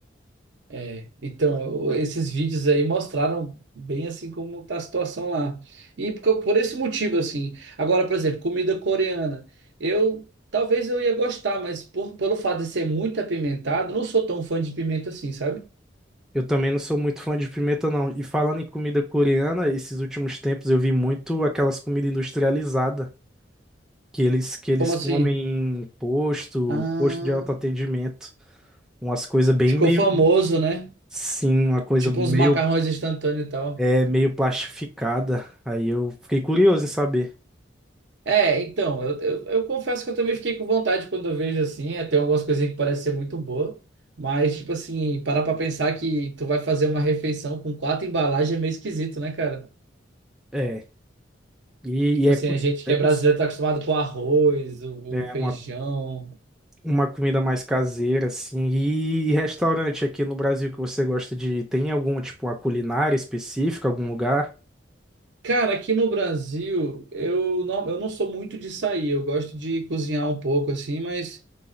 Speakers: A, on the right; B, in the centre.
A: É, então, eu- esses vídeos aí mostraram bem assim como tá a situação lá. E por, por esse motivo, assim. Agora, por exemplo, comida coreana. Eu talvez eu ia gostar, mas por, pelo fato de ser muito apimentado, não sou tão fã de pimenta assim, sabe?
B: Eu também não sou muito fã de pimenta, não. E falando em comida coreana, esses últimos tempos eu vi muito aquelas comidas industrializadas, que eles, que eles
A: Como assim?
B: comem em posto,
A: Ah,
B: posto de autoatendimento. Umas coisas bem
A: ficou
B: meio,
A: famoso, né?
B: sim, uma coisa
A: Tipo
B: meio,
A: uns macarrões instantâneos e tal.
B: é, meio plastificada. Aí eu fiquei curioso em saber.
A: É, então, eu, eu, eu confesso que eu também fiquei com vontade quando eu vejo assim, até algumas coisinhas que parecem ser muito boa, mas, tipo assim, parar pra pensar que tu vai fazer uma refeição com quatro embalagens é meio esquisito, né, cara?
B: É, e,
A: Tipo
B: e é,
A: assim,
B: cus-
A: a gente que
B: é,
A: é
B: cus-
A: brasileiro tá acostumado com arroz, o,
B: é
A: o feijão.
B: uma, uma comida mais caseira, assim. E, restaurante aqui no Brasil que você gosta de tem algum, tipo, uma culinária específica, algum lugar?
A: Cara, aqui no Brasil, eu não, eu não sou muito de sair, eu gosto de cozinhar um pouco assim, mas